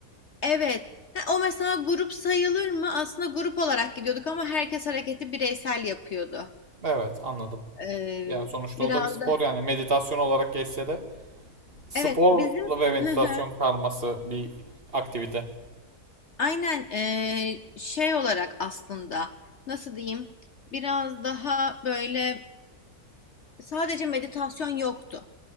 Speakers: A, on the left; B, on the right.
A: Evet. Ha, o mesela grup sayılır mı? Aslında grup olarak gidiyorduk ama herkes hareketi bireysel yapıyordu.
B: Evet, anladım.
A: Ee,
B: Yani sonuçta
A: biraz
B: o da bir spor
A: da...
B: yani meditasyon olarak geçse de. Sporla
A: Evet bizim...
B: ve meditasyon
A: Hı hı.
B: karması bir aktivite.
A: Aynen ee, şey olarak aslında nasıl diyeyim? Biraz daha böyle sadece meditasyon yoktu.